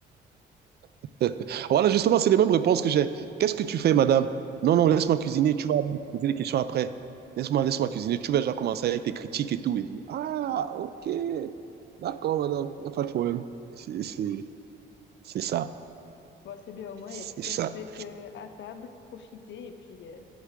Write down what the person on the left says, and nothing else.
Bon, c'est bien, au moins,
il n'y a plus qu'à
se mettre euh, à table, profiter. Et puis, euh,